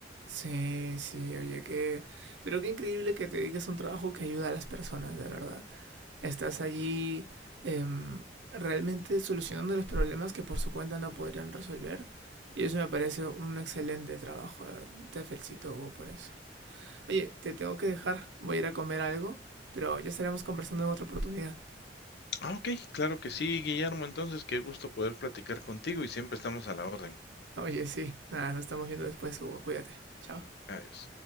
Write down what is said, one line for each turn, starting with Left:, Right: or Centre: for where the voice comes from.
Right: Sí, sí, oye, qué... Pero qué increíble que te dediques a un trabajo que ayuda a las personas, de verdad. Estás allí em, realmente solucionando los problemas que por su cuenta no podrían resolver. Y eso me parece un excelente trabajo, de verdad. Te felicito, Hugo, por eso. Oye, te tengo que dejar. Voy a ir a comer algo, pero ya estaremos conversando en otra oportunidad.
Left: Ah, ok, claro que sí, Guillermo, entonces qué gusto poder platicar contigo y siempre estamos a la orden.
Right: Oye, sí. Nada, nos estamos viendo después, Hugo. Cuídate. Chao.
Left: Adiós.